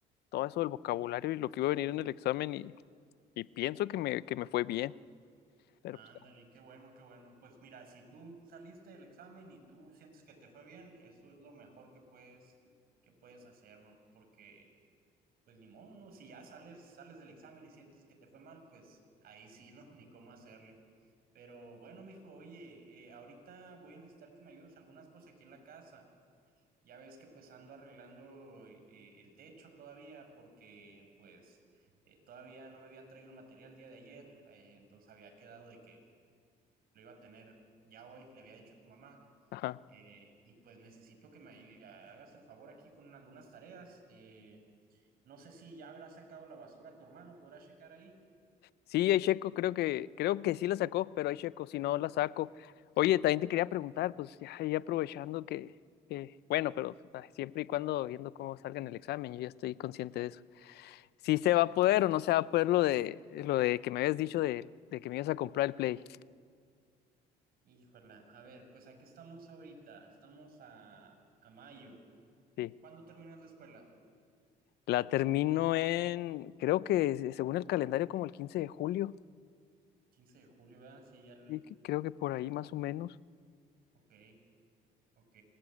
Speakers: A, on the left (about 75°); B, on the right (about 65°).
A: todo eso del vocabulario y lo que iba a venir en el examen y, y pienso que me, que me fue bien. Pero
B: ándale,
A: pues,
B: qué bueno, qué bueno. Pues mira, si tú saliste del examen y tú sientes que te fue bien, eso es lo mejor que puedes, que puedes hacer, ¿no? Porque pues ni modo, ¿no? Si ya sales, sales del examen y sientes que te fue mal, pues ahí sí, ¿no? <laughs> Ni cómo hacerle. Pero bueno, mijo, oye, eh, ahorita voy a necesitar que me ayudes algunas cosas aquí en la casa. Ya ves que pues ando arreglando eh, el techo todavía porque pues eh, todavía no me habían traído el material el día de ayer, eh, entonces había quedado de que lo iba a tener ya hoy, le había dicho a tu mamá.
A: ajá.
B: eh, y pues necesito que me ayude- hagas el favor aquí con algunas tareas. eh, no sé si ya habrá sacado la basura tu hermano, podrá checar ahí.
A: Sí, Checo creo que, creo que sí la sacó, pero Checo si no la saco. Oye, también te quería preguntar, pues ya, ya aprovechando que, que- bueno, pero ay, siempre y cuando viendo cómo salga en el examen, yo ya estoy consciente de eso. Si se va a poder o no se va a poder lo de, lo de que me habías dicho de, de que me ibas a comprar el Play.
B: Híjole, a ver, pues aquí estamos ahorita, estamos a, a mayo.
A: Sí.
B: ¿Cuándo terminas la escuela?
A: La termino en, creo que según el calendario, como el 15 de julio,
B: quince de julio, ¿verdad? Sí, ya el...
A: y que- creo que por ahí más o menos.
B: Ok, ok.